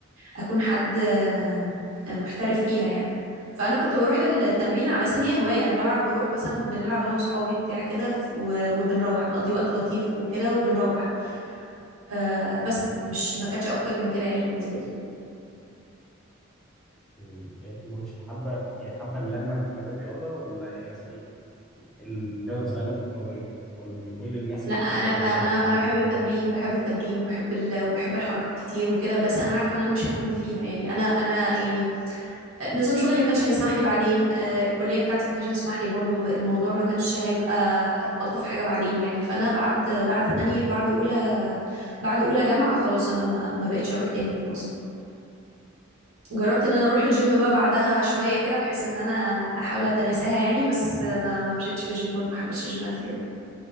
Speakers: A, on the right; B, in the centre.
A: اكون حد آه، آه، محترف فيها يعني فانا كنت بروح التمرين على سن هي هوايه انا بلعب بروح مثلا بنلعب انا وصحابي بتاع كده ف- و... وبنروح بنقضي وقت لطيف وكده وبنروح آه بس مش ما كانتش اكتر من كده يعني بالنسبه لي
B: مم. يعني يعني انت مش حابه يعني حابه اللمه اللي حوالين الرياضه ولا يعني مثلا الرياضه نفسها لفتت نظرك ولا نكون الناس
A: لا
B: اللي
A: انا
B: في
A: انا
B: اللي معاكي في التمرين
A: انا بحب التمرين بحب التمرين وبحب ال... وبحب الحركه كتير وكده بس انا عارفه ان انا مش هكمل فيها يعني انا انا يعني نظام شغلي ما كانش هيسمح لي بعدين آه، الكليه بتاعتي ما كانش هيسمح لي برضو الموضوع ما كانش هيبقى الطف حاجه بعدين يعني فانا بعد بعد تاني بعد اولى بعد اولى جامعه خلاص انا ما ما بقتش اروح تاني يعني اصلا جربت ان انا اروح الجيم بقى بعدها شويه كده بحيث ان انا احاول اتناساها يعني بس ما ما مشيتش في الجيم برضو ما حبيتش الجيم قد كده يعني